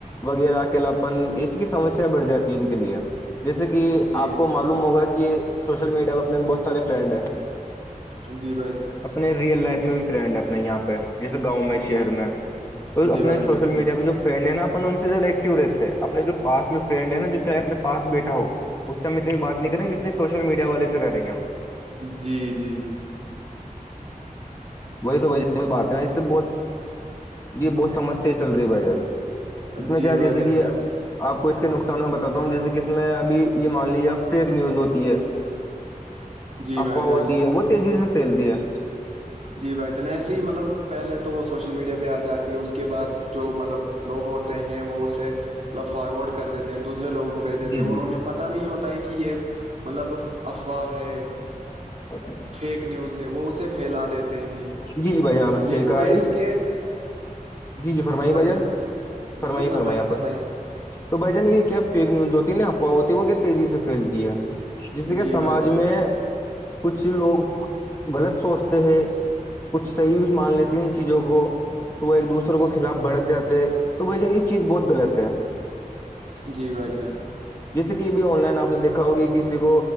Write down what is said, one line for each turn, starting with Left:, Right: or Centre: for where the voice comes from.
Left: وغیرہ اکیلاپن اس کی سمسیا بڑھ جاتی ہے ان کے لیے جیسے کہ
Right: جی
Left: آپ کو معلوم ہوگا کہ سوشل میڈیا پہ اپنے بہت سارے فرینڈ ہیں
Right: جی بھائی جان
Left: اپنے ریئل لائف میں بھی فرینڈ ہے اپنے یہاں پہ جیسے گاؤں میں
Right: جی
Left: شہر میں تو
Right: جی
Left: اپنے
Right: بھائی جان
Left: سوشل
Right: جی بھائی
Left: میڈیا پہ جو فرینڈ ہے نا اپن ان سے زیادہ ایکٹو رہتے ہیں اپنے جو پاس میں فرینڈ ہے نا جو چاہے اپنے پس بیٹا ہو اس سے ہم اتنی بات نہیں کریں گے جتنی سوشل میڈیا والے سے کر رہیں ہیں ہم
Right: جی جی جی
Left: وہی تو بھ بھی بات ہے ن اس سے بہت یہ بہت سمسیا چل رہی ہے بھائی اس میں
Right: جی
Left: کیا جیسے
Right: بھائی جان
Left: کہ یہ آپ کو اس کے نقصان میں بتاتا ہوں جیسے کہ اس میں اب یہ مان لیجے فیک نیوز ہوتی ہے
Right: جی
Left: افواہ
Right: بھائی جان
Left: ہوتی ہے وہ تیزی سے پھیلتی ہے
Right: جی بھائی جنیسی ہی مطلب پہلے تو وہ سوشل میڈیا پہ آ جاتی ہے اس کے بعد جو مطلب لوگ ہوتے ہیں وہ اسے مطلب فارورڈ کر دیتے ہیں دوسرے لوگ کو بھیج دیتے
Left: جی
Right: اور
Left: جی
Right: انہیں پت نہیں ہوتا ہے کہ یہ مطلب افواہ ہے
Left: اپی
Right: پیک نیوز ہے وہ اسے پھیلا دیتے ہیں
Left: جی جی بھائی آاںپ نے
Right: یہ
Left: صحیح کہا
Right: ہوئے
Left: اس
Right: کے
Left: جی جی فرمائی
Right: بھائی
Left: بھجان
Right: جان
Left: فرمائی
Right: جی جی فرمائیے
Left: فرمائی آ پر
Right: فرمائیے آپ
Left: تو بھائی جان یہ کیا فیک نیوز ہوتی ہے نا افواہ ہوتی ہے وہ کیا تیزی سے پھیلتی ہے جیس سے کہ
Right: جی
Left: سماج
Right: بھائی جان
Left: میں کچھ لوگ غلط سوچتے ہیں کچھ صحیح مان لیتے ان چیزوں کو تو وہ ایک دوسرے کے خلاف بھڑک جاتے تو بھ جن یہ چیز بہت غلط ہے
Right: جی بھائی جان
Left: جس سے کہ بھی آن لائن آپ نے دیکا ہوگی کسی کو